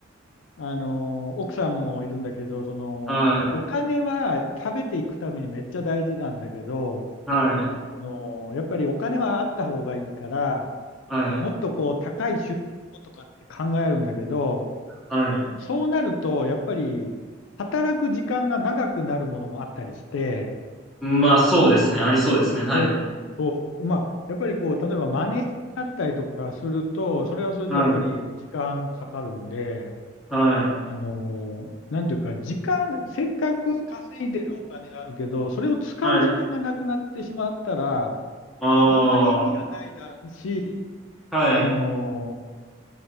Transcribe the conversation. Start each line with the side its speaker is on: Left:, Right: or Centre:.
Left: あの、奥さんもいるんだけど、その、
Centre: はい。
Left: お金は食べていくためにめっちゃ大事なんだけど、
Centre: はい。
Left: その、やっぱりお金はあった方がいいから、
Centre: はい。
Left: もっとこう、高い収入をとかって考えるんだけど、
Centre: はい。
Left: そうなると、やっぱり、働く時間が長くなるものもあったりして、
Centre: まあ、そうですね。ありそうですね。はい。
Left: そう、そう。まあ、やっぱりこう、例えばマネージャーになったりとかすると、それはそれでやっぱり時間かかるんで、
Centre: はい。はい。
Left: あのーなんていうか、時間、せっかく稼いでるお金があるけど、それを使う時間がなくなってしまったら、
Centre: はい。あ
Left: あんまり意味がないだし、
Centre: あ。はい。
Left: あの